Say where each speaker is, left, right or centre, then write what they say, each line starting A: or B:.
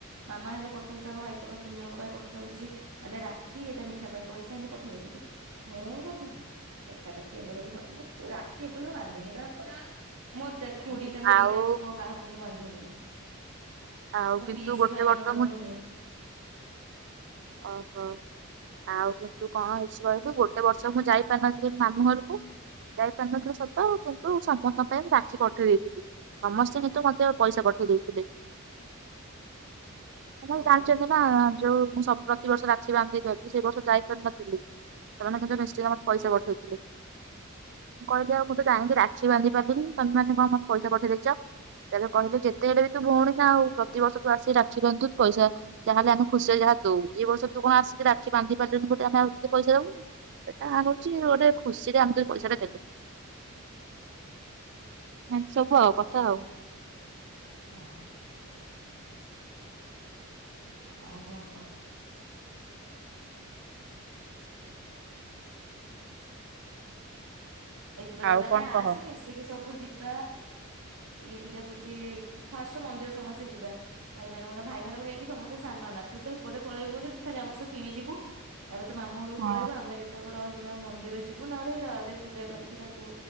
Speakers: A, on the right (about 80°); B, on the right (about 55°).
A: ମାମା ହେଲେ ପଠଉଛି ତାଙ୍କ ଭାଇଙ୍କ ପାଇଁ ତିନି ଜଣଙ୍କ ପାଇଁ ପଠଉଛିଟା ରାକ୍ଷୀ ଏଟା ମିଠା ପାଇଁ ପଇସା ଏମତି ପଠେଇବ କିନ୍ତୁ ମୁଁ ପଠଉନି ଦେଖା ଦେେଖି ହେଲେ ଯଦି ପଠ ରାକ୍ଷୀ ଏପଟ ତ ବାନ୍ଧିନି କାହା। ମୋ ଖୁଡି
B: ହଁ,
A: ତାଙ୍କ
B: ଆଉ
A: ଦିଟାଙ୍କ ପୁଅ କାହାକୁ। ବନ୍ଧୁନି
B: ଆଉ
A: ମୋ
B: କିନ୍ତୁ
A: ପିଇସି
B: ଗୋଟେ
A: ଭାଇମାନବାନ୍ଧନୀ
B: ବର୍ଷ ମୁଁ ଓହୋ ଆଉ କିନ୍ତୁ କଣ ହେଇଛି କହିଲୁ ଗୋଟେ ବର୍ଷ ମୁଁ ଯାଇପାରିନଥିଲି ମାମୁଁ ଘରକୁ ଯାଇପାରିନଥିଲି ସତ କିନ୍ତୁ ସମସ୍ତଙ୍କ ପାଇଁ ମୁଁ ରାକ୍ଷୀ ପଠେଇ ଦେଇଥିଲି ସମସ୍ତେ କିନ୍ତୁ ମୋତେ ପଇସା ପଠେଇ ଦେଇଥିଲେ। ସମସ୍ତେ
A: ଭଲ।
B: ଜାଣିଛନ୍ତି ନା ଯୋଉ ମୁଁ ସବୁ ପ୍ରତି ବର୍ଷ ରାକ୍ଷୀ ବାନ୍ଧି ଦେଇଛନ୍ତି ସେ ବର୍ଷ ଯାଇପାରିନଥିଲି ସେମାନେ କିନ୍ତୁ ନିଶ୍ଚୟ ମତ ପଇସ ପଠେଇଥିଲେ ମୁଁ କହିଲି ଆଉ ମୁଁ ତ ଜାଇକି ରାକ୍ଷୀ ବାନ୍ଧି ପାରିଲିନି ତମେ ମାନେ କଣ ମତେ ପଇସା ପଠେଇ ଦେଇେଇଛ ତେବେ କହିଲେ ଯେତେ ହେଲେ ବି ତୁ ଭଉନି ନା ଆଉ ପ୍ରତିବର୍ଷ ତୁ ଆସିକି ରାକ୍ଷୀ ବାନ୍ଧୁ ପଇସା ଯାହା ହେଲେ ଆମେ ଖୁସିରେ ଯାହା ଦଉ ଏ ବର୍ଷ ତୁ କଣ ଆସିକି ରାକ୍ଷୀ ବାନ୍ଧି ପାରୁଛନ୍ତି ବୋଲିୋଟେ ଆମେ ଆଉିକେ ପଇସା ଦଉନି ସେଇଟା ହଉଛି ଗୋଟେ ଖୁସିରେ ଆମେ ତେ ପଇସା ଟା ଦେଲୁ ଏମତି ସବୁ ଆଉ କଥା ଆଉ।
A: ହଁ। ଆ କୋ ଏଇଥର
B: ଆଉ
A: କଥା ହେଲେ
B: କଣ କହ?
A: ଆସି ମିଶିକି ସବୁ ଯିବ ଇଏ ପୂଜାପୂଜି ଫାଷ୍ଟ ମନ୍ଦିର ସମସ୍ତେ ଯିବା ଭାଇମାନଙ୍କୁ ନା ଭାଇମାନାନଙ୍କୁ ନେଇକି ସମସ୍ତେ ସାନ ନା ତୁ ତ ଏପଟେ ପଳେଇବୁ ତୁ ଖାଲି ଆମ କିଣିଯିବୁ। ଏବେ ତୁମ ଘରକୁ
B: ହଁ
A: ପଳେଇବ ଆମେ ଯେତକ ରହିବ ମନ୍ଦିର ଯିବୁ ନା ଗା ପୂଜା କରିକି ତାକୁ